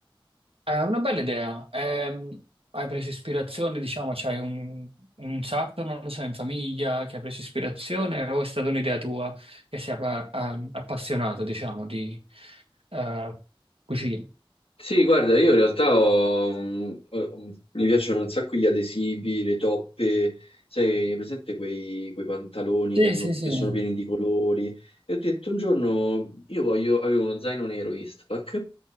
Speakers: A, on the right (about 85°); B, on the left (about 85°).
A: È una bella idea. Ehm, hai preso ispirazione, diciamo, c'hai un, un sarto, non lo so, in famiglia che ha preso ispirazione o è stata un'idea tua che sei appa- a- appassionato, diciamo, di eh, cucina?
B: Sì, guarda, io in realtà ho- mm, ho- mi piacciono un sacco gli adesivi, le toppe, sai, hai presente quei, quei pantaloni
A: Sì,
B: che, hanno-
A: sì, sì,
B: che sono pieni di colori. E ho detto un giorno, io voglio, avevo uno zaino nero Eastpak